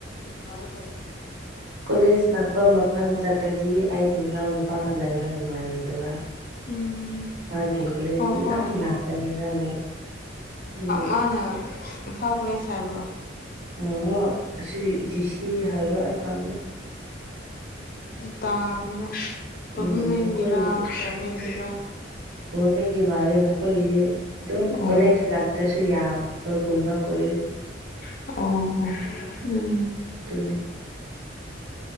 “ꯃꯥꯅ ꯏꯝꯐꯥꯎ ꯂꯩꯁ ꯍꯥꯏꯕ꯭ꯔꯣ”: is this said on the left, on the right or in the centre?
Left